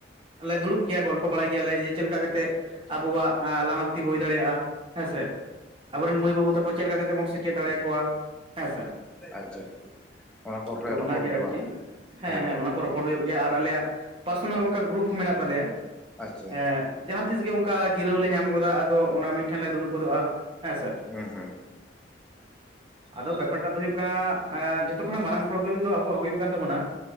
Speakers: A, on the right; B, in the centre.
A: ᱟᱞ ᱞᱮ ᱫᱩᱲᱩᱵ ᱜᱮᱭᱟ ᱜᱚᱞᱯᱷᱚ ᱵᱟᱲᱟᱭ ᱜᱮᱭᱟᱞᱮ ᱡᱮ ᱪᱮᱫ ᱞᱮᱠᱟ ᱠᱟ ᱠᱟᱛᱮᱮᱫ ᱟᱵᱚᱣᱟᱜ ᱞᱟᱦᱟᱱᱛᱤ ᱦᱩᱭ ᱫᱟᱲᱮᱭᱟᱜᱼᱟ᱾ ᱦᱮᱸ ᱥᱮᱮ ᱟᱵᱚᱨᱮᱱ ᱢᱟᱹᱭ ᱵᱟᱹᱵᱩ ᱛᱟᱠᱚ ᱪᱮᱫ ᱞᱮᱠᱟ ᱠᱟᱛᱮᱜ ᱵᱚᱱ ᱥᱮᱪᱮᱫ ᱫᱟᱲᱮ ᱟᱠᱠᱚᱣᱟ ᱦᱮᱸ ᱥᱮᱼᱼ
B: ᱟᱪᱪᱷᱟ ᱟᱪᱪᱷᱟ, ᱚᱱᱟ ᱠᱚᱯᱮ
A: ᱛᱚ
B: ᱨᱚᱯᱚᱲ
A: ᱚᱱᱟᱜᱮ
B: ᱜᱮᱭᱟ
A: ᱟᱨᱠᱤ
B: ᱵᱟᱝ
A: ᱦᱮᱸ
B: ᱦᱳᱭ
A: ᱦᱮᱸ ᱚᱱᱟ ᱠᱚ ᱨᱚᱯᱚᱲ ᱦᱩᱭᱩᱜ ᱜᱮᱭᱟ ᱟᱨ ᱟᱞᱮᱭᱟᱜᱼᱼ ᱯᱟᱨᱥᱚᱱᱟᱞ ᱚᱱᱠᱟ ᱜᱨᱩᱯ ᱦᱚᱸ ᱢᱮᱱᱟᱜ ᱛᱟᱞᱮᱭᱟ
B: ᱟᱪᱪᱷᱟ
A: ᱦᱮᱸ ᱡᱟᱦᱟᱸ ᱛᱤᱥ ᱜᱮ ᱚᱱᱠᱟ ᱡᱤᱨᱟᱹᱣ ᱞᱮ ᱧᱟᱢ ᱜᱚᱫᱟ ᱟᱫᱚ ᱚᱱᱟ ᱢᱤᱫ ᱴᱷᱮᱱ ᱞᱮ ᱫᱩᱲᱩᱵ ᱜᱚᱫᱚᱜᱼᱟ ᱦᱮᱸᱥᱮ
B: ᱦᱩᱸ ᱦᱩᱸ
A: ᱟᱫᱚ ᱵᱮᱯᱟᱨ ᱴᱟᱜ ᱫᱚ ᱦᱩᱭᱩᱜ ᱠᱟᱱᱟ ᱮᱸ ᱡᱷᱚᱛᱚ ᱠᱷᱚᱱᱟᱜ ᱢᱟᱨᱟᱝ ᱯᱨᱚᱵᱞᱮᱢ ᱫᱚ ᱟᱵᱚᱣᱟᱜ ᱦᱩᱭᱩᱜ ᱠᱟᱱ ᱛᱟᱵᱚᱱᱟ